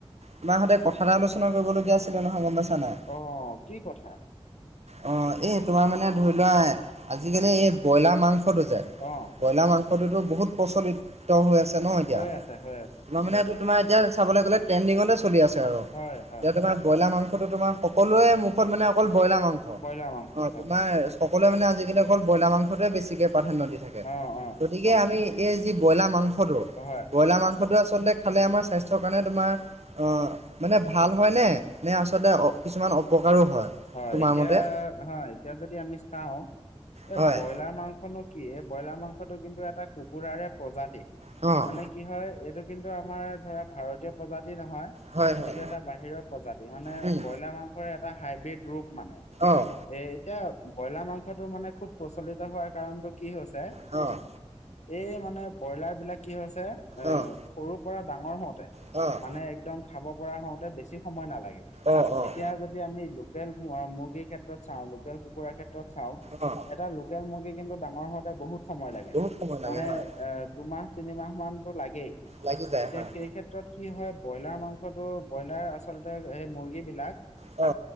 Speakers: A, on the right; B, on the left.
A: তোমাৰ সঁতে কথা এটা আলোচনা কৰিবলগীয়া আছিলে নহয়, গম পাইছা নাই।
B: অ কি কথা
A: অ এই তোমাৰ মানে ধৰি লোৱা আজিকালি এই ব্ৰইলাৰ মাংসটো যে
B: অ'।
A: ব্ৰইলাৰ মাংসটোতো বহুত প্ৰচলিত হৈ আছে ন' এতিয়া।
B: হৈ
A: তোমাৰ
B: আছে হৈ আছে
A: মানে তোমাৰ এতিয়া চাবলৈ গ'লে ট্ৰেণ্ডিঙতে চলি আছে আৰু।
B: হয় হয়
A: এতিয়া তোমাৰ ব্ৰইলাৰ মাংসটো তোমাৰ সকলোৱে মুখত মানে অকল ব্ৰইলাৰ মাংস।
B: ব্ৰইলাৰ মাংস
A: অ',
B: হয়
A: তোমাৰ সকলোৱে মানে আজিকালি অকল ব্ৰইলাৰ মাংসটোৱে বেছিকে প্ৰাধান্য দি থাকে
B: অ, অ,
A: গতিকে আমি এই যি ব্ৰইলাৰ মাংসটো
B: হয়।
A: ব্ৰইলাৰ মাংসটো আচলতে খালে আমাৰ স্বাস্থ্যৰ কাৰণে তোমাৰ অ, মানে ভাল হয় নে? নে আচলতে অ, কিছুমান অপকাৰো হয়
B: হয়
A: তোমাৰ
B: এতিয়া
A: মতে?
B: হয় এতিয়া যদি আমি চাওঁ এ
A: হয়
B: ব্ৰইলাৰ মাংসনো কি ব্ৰইলাৰ মাংসটো কিন্তু এটা কুকুৰাৰে প্ৰজাতি
A: অ'
B: মানে কি হয় এইটো কিন্তু আমাৰ ধৰা ভাৰতীয় প্ৰজাতি নহয়।
A: হয় হয়
B: এইটো এটা বাহিৰৰ প্ৰজাতি মানে
A: উম
B: ব্ৰইলাৰ মাংসৰে এটা হাইব্ৰীড ৰোগ মানে
A: অ'
B: এ এতিয়া ব্ৰইলাৰ মাংসটো মানে খুব প্ৰচলিত হোৱাৰ কাৰণটো কি হৈছে
A: অ'।
B: এই মানে ব্ৰইলাৰ বিলাক কি হৈছে এ
A: অ'
B: সৰুৰ পৰা ডাঙৰ হওঁতে
A: অ'
B: মানে একদম খাব পৰা হওঁতে বেছি সময় নালাগে।
A: অ' অ'
B: এতিয়া যদি আমি লোকেল মুৰ্গীৰ ক্ষেত্ৰত চাওঁ লোকেল কুকুৰাৰ ক্ষেত্ৰত চাওঁ
A: অ'
B: এটা লোকেল মুৰ্গী কিন্তু ডাঙৰ হওঁতে বহুত সময় লাগে।
A: বহুত সময় লাগে
B: মানে
A: হয়
B: এ দুমাহ তিনিমাহ মানতো লাগেই।
A: লাগি যায়
B: এতিয়া
A: হয়
B: সেই ক্ষেত্ৰত কি হয় ব্ৰইলাৰ মাংসটো ব্ৰইলাৰ আচলতে সেই মুৰ্গী বিলাক
A: অ।